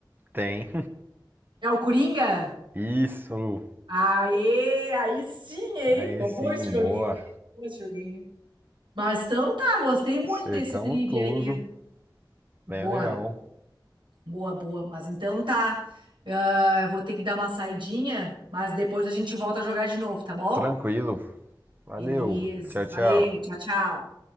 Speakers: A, on the right; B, on the right.
A: Tem.
B: É o Coringa?
A: <laughs> Isso.
B: Aê, aí sim, hein?
A: Aí
B: Ficou
A: sim,
B: bom esse joguinho.
A: boa.
B: Ficou bom esse joguinho. Mas então tá, gostei muito
A: Acertamos
B: desse trivia
A: tudo.
B: aí.
A: Bem
B: Boa.
A: legal.
B: Boa, boa. Mas então tá. Ah, eu vou ter que dar uma saidinha, mas depois a gente volta a jogar de novo, tá bom?
A: Tranquilo. Valeu.
B: Beleza.
A: Tchau, tchau.
B: Valeu. Tchau, tchau.